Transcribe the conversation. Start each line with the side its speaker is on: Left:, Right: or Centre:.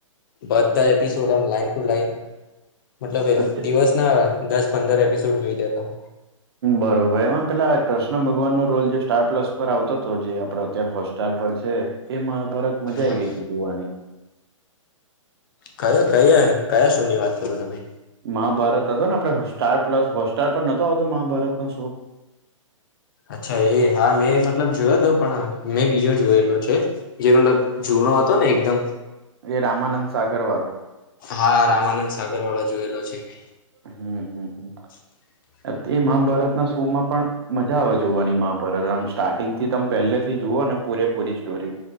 Left: બધા એપિસોડ આમ લાઇન ટુ લાઇન મતલબ એ
Right: અત્ય-
Left: દિવસના દસ પંદર એપિસોડ જોઈ જાતો
Right: બરોબર એમાં પેલા કૃષ્ણ ભગવાનનો રોલ જે સ્ટાર પ્લસ પર આવતો હતો જે આપડો અત્યારે હોસ્ટાર પર છે એ મહાભારત મજા
Left: હા
Right: આઈ ગઈ હતી જોવાની.
Left: કયો કયા કયા શોની વાત કરો તમે
Right: મહાભારત હતો ને આપડ સ્ટાર પ્લસ હોટસ્ટાર પણ નતો આવતો મહાભારતનો શો?
Left: અચ્છા એ હા મેં મતલબ જોયોતો પણ મેં બીજો જોયેલો છે. જે મતલબ જૂનો હતો ને એકદમ
Right: એ રામાનંદ સાગર વારો
Left: હા રામાનંદ સાગર વાળા જોયેલો છે, મે
Right: હમ હમ હમ.
Left: <inaudible>
Right: તે મહાભારતના શો માં પણ મજા આવે જોવાની મહાભારત આમ સ્ટાર્ટિંગથી તમ પહેલેથી જોઓ ને પૂરે પૂરી સ્ટોરી